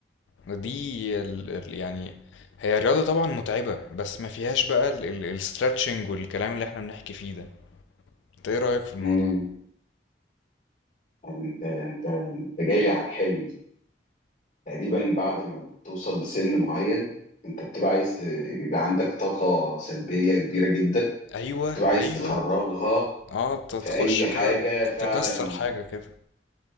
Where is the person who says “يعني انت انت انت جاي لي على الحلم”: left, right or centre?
Left